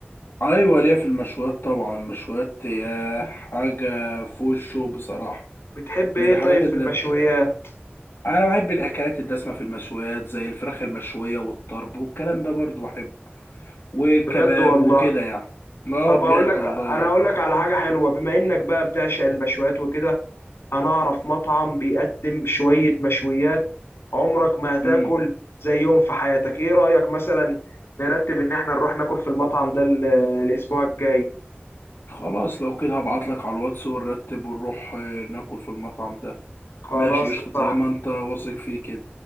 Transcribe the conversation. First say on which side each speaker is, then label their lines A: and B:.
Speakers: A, on the left (about 70°); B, on the left (about 85°).
A: ايوه ليا في المشويات طبعا المشويات هي حاجة فوق الشو بصراحة
B: بتحب
A: من
B: ايه
A: الحاجات
B: طيب في
A: اللي
B: المشويات
A: انا بحب الاكلات الدسمة في المشويات زي الفراخ المشوية والطرب والكلام ده برضو بحبه والكباب
B: بجد والله
A: وكده يعني اه
B: طب
A: بجد
B: اقول لك
A: والله
B: انا اقول لك على حاجه حلوه بما انك بقى بتعشق المشويات وكده انا اعرف مطعم بيقدم شويه مشويات عمرك ما هتاكل
A: مم.
B: زيهم في حياتك ايه رايك مثلا نرتب ان احنا نروح ناكل في المطعم ده ال- الاسبوع الجاي
A: خلاص لو كده هبعت لك على الواتس ونرتب ونروح آه، ناكل في المطعم ده
B: خلاص
A: ماشي قشطة طالما
B: صح
A: انت واثق فيه كده